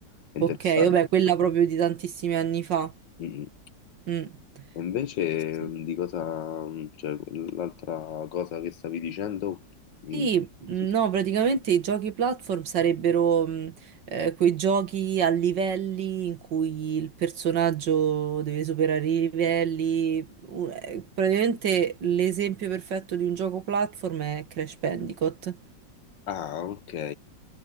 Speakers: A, on the left; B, on the right.
A: È interessante
B: ok, vabbè, quella
A: questa cosa.
B: proprio di tantissimi anni fa.
A: Mm.
B: Mm.
A: E invece
B: Sì, sì.
A: mm, di cosa, mm, cioè, l'altra cosa che stavi dicendo?
B: Sì,
A: Mm,
B: no,
A: sì. sì.
B: praticamente i giochi platform sarebbero mh, eh, quei giochi a livelli in cui il personaggio deve superare i livelli. U- eh, praticamente l'esempio perfetto di un gioco platform è Crash Bandicoot.
A: Ah, ok,